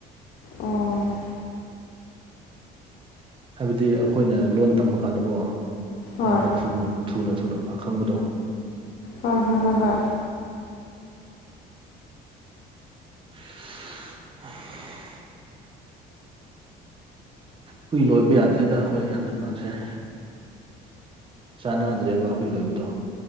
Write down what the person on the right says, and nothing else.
ꯍꯥꯏꯕꯗꯤ ꯑꯩꯈꯣꯏꯅ ꯂꯣꯟ ꯇꯝꯕ ꯀꯥꯟꯗꯀꯣ
ꯌꯥꯝꯅ ꯊꯨꯅ ꯊꯨꯅ ꯈꯪꯕꯗꯣ
<inaudible> ꯍꯨꯏ ꯂꯣꯏꯕ ꯌꯥꯗ꯭ꯔꯦꯗ ꯑꯩꯈꯣꯏ ꯍꯟꯗꯛꯀꯥꯟꯁꯦ ꯆꯥꯅꯗ꯭ꯔꯦꯕ ꯑꯩꯈꯣꯏ ꯂꯣꯏꯕꯗꯣ